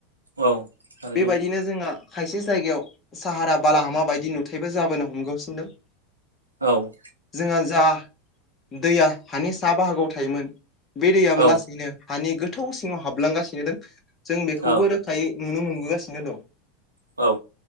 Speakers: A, on the right (about 85°); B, on the left (about 25°).
A: औ थारैनो
B: बेबायदिनो जोंहा खायसे जायगायाव साहारा बालाहामा बायदि नुथायबो जाबोनो हमगासिनों दं।
A: औ
B: जोंहा जा दैया हानि सा बाहागोआव थायोमोन। बे दैयोबो
A: औ ओ
B: लासैनो हानि गोथौ सिङाव हाबलांगासिनो दं जों बेखौबो
A: औ
B: रो खायै नुनो मोनबोगासिनो दं।
A: औ